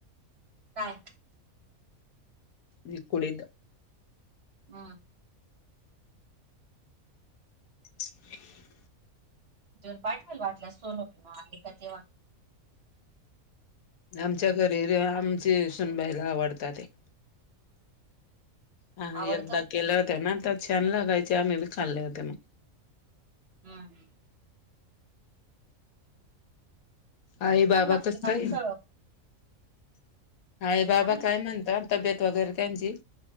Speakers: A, on the right; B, on the left.
A: काय?
B: म कुडी
A: हम्
B: ह.
A: <unintelligible>
B: आमच्या घरी आमचे सूनबायला आवडतात ते. हा एकदा
A: आवडतं
B: केल्या होत्या ना तर छान लगायचे आम्ही बी खाल्ले होते मग.
A: हम्म हम.
B: आई
A: छान
B: बाबा
A: लागते
B: कस
A: ना
B: काय
A: उसळ
B: आई बाबा
A: चांगली
B: काय
A: होते
B: म्हणता तब्येत वगैरे त्यांची